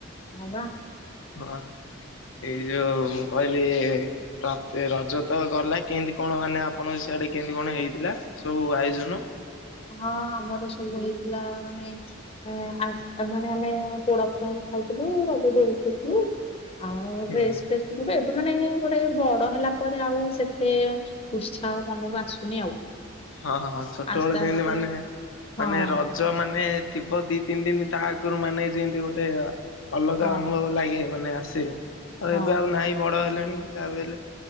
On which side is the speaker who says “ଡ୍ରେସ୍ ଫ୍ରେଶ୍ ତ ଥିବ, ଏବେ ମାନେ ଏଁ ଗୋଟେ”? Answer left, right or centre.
Left